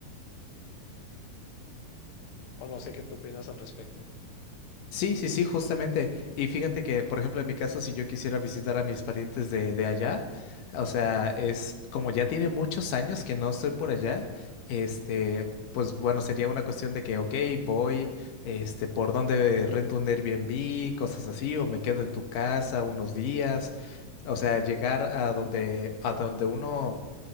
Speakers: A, on the left; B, on the left.
A: O no sé qué tú opinas al respecto.
B: Sí, sí, sí, justamente. Y fíjate que, por ejemplo, en mi caso, si yo quisiera visitar a mis parientes de, de allá, o sea, es como ya tiene muchos años que no estoy por allá, este, pues bueno, sería una cuestión de que, ok, voy, este, por dónde rento un Airbnb, cosas así, o me quedo en tu casa unos días. O sea, llegar a donde, a donde uno